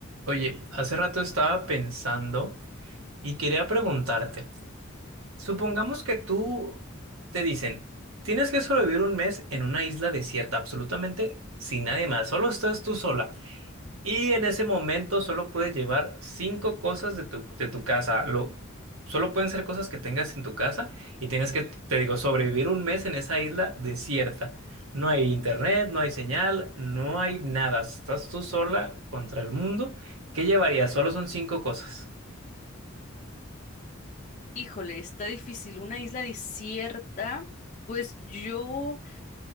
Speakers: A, on the right; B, on the left.
A: Oye, hace rato estaba pensando y quería preguntarte, supongamos que tú te dicen, tienes que sobrevivir un mes en una isla desierta, absolutamente sin nadie más, solo estás tú sola. Y en ese momento solo puedes llevar cinco cosas de tu, de tu casa. Lo, solo pueden ser cosas que tengas en tu casa y tienes que, te digo, sobrevivir un mes en esa isla desierta. No hay internet, no hay señal, no hay nada. Estás tú sola contra el mundo. ¿Qué llevarías? Solo son cinco cosas.
B: Híjole, está difícil. Una isla desierta, pues yo,